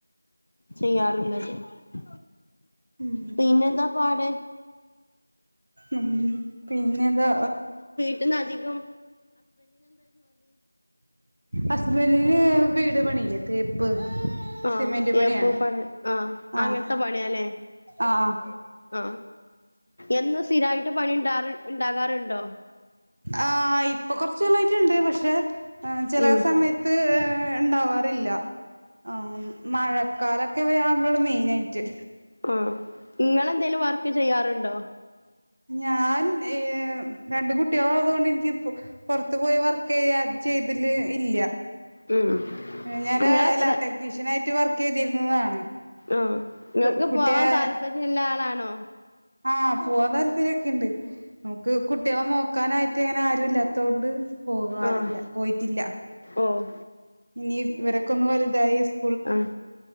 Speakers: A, on the left; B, on the right.
A: ചെയ്യാറില്ലത്
B: ഉം
A: ശ
B: ഉം
A: പിന്നെ എന്താ പാട്
B: ഉം പിന്നെന്താ
A: ന്നധികം
B: അസ്ബന്റിന് വീട്പണീലെ തേപ്പ്
A: ആ
B: സിമെന്റ് പണിയാ
A: എപ്പ പറ ആ അങ്ങനത്തെ
B: ആഹ്
A: പണിയല്ലേ
B: ആഹ്
A: ആ എന്നും സ്ഥിരായിട്ട് പണിണ്ടാറ് ഇണ്ടാകാറ് ണ്ടോ
B: ആഹ് ഇപ്പൊ കൊറച്ചാളായിട്ടുണ്ട് പക്ഷെ ആ ചില
A: ഉം
B: സമയത്ത് ഉണ്ടാവാറില്ല ആ മഴക്കാലൊക്കെ <unintelligible> <unintelligible> മെയിൻ ആയിട്ട്
A: ആ നിങ്ങളെന്തേലും വർക്ക് ചെയ്യാറുണ്ടോ?
B: ഞാൻ ഏ രണ്ട് കുട്ടികളൊള്ളതുക്കൊണ്ട് എനിക്ക് പൊറത്ത് പോയി വർക്ക് ചെയ്യാ ചെയ്തില്ലേ ഇല്ല
A: ഉം
B: ഞാന്
A: ഇങ്ങളെത്ര
B: ലാബ് ടെക്നീഷ്യനായിട്ട് വർക്ക് ചെയ്തിരുന്നതാണ്
A: ആഹ് ഇങ്ങക്ക്
B: കു കുട്ടിയായെ
A: പോവാൻ താല്പര്യള്ള ആളാണോ
B: ആഹ് പോവാൻ താല്പര്യക്കെണ്ട് കുട്ടികളെ നോക്കാനായിട്ട് അങ്ങനെ ആരും ഇല്ലാത്തൊണ്ട് പോവാറില്ല
A: ആഹ്
B: പോയിട്ടില്ല
A: ഓഹ്
B: ഇനി ഇവരക്കൊന്നു വലുതായി സ്
A: ആ